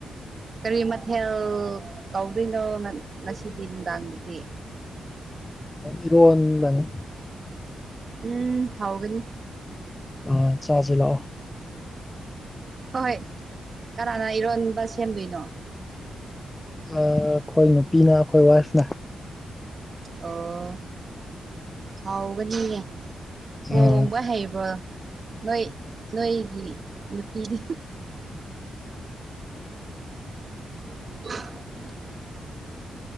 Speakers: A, on the right; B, on the left.
A: ꯀꯔꯤ ꯃꯊꯦꯜ ꯇꯧꯗꯣꯏꯅꯣ ꯉꯁꯤꯗꯤ ꯅꯨꯡꯗꯥꯡꯗꯗꯤ
B: ꯏꯔꯣꯟꯒꯅꯤ
A: ꯎꯝ ꯍꯥꯎꯒꯅꯤ
B: ꯑ ꯆꯥꯖꯦ ꯂꯥꯛꯑꯣ
A: ꯍꯣꯏ ꯀꯅꯥꯅ ꯏꯔꯣꯟꯕ ꯁꯦꯝꯗꯣꯏꯅꯣ
B: ꯑꯩꯈꯣꯏ ꯅꯨꯄꯤꯅ ꯑꯩꯈꯣꯏ ꯋꯥꯏꯐꯅ
A: ꯑꯣ ꯍꯥꯎꯒꯅꯤꯌꯦ ꯊꯣꯡꯕ
B: ꯑꯥ
A: ꯍꯩꯕ꯭ꯔꯣ ꯅꯣꯏ ꯅꯣꯏꯒꯤ ꯅꯨꯄꯤꯗꯨ <inaudible>